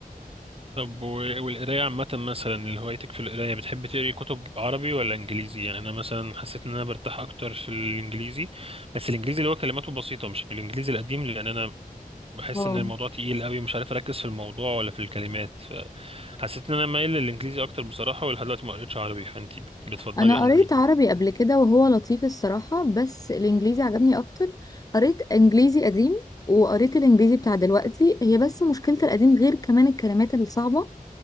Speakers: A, on the right; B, on the left.
A: طب و- والقراية عامة مثلا اللي هوايتك في القراية بتحب تقري كتب عربي ولا انجليزي يعني انا مثلا حسيت ان انا برتاح اكتر في الانجليزي بس الانجليزي اللي هو كلماته بسيطة مش الانجليزي القديم لان انا بحس
B: اه
A: ان الموضوع تقيل قوي مش عارف اركز في الموضوع ولا في الكلمات حسيت ان انا مايل للانجليزي اكتر بصراحه ولحد دلوقتي ما قريتش عربي فانت بت- بتفضلي
B: انا
A: انهي
B: قريت عربي قبل كده وهو لطيف الصراحة بس الانجليزي عجبني اكتر قريت انجليزي قديم وقريت الانجليزي بتاع دلوقتي هي بس مشكلة القديم غير كمان الكلمات الصعبة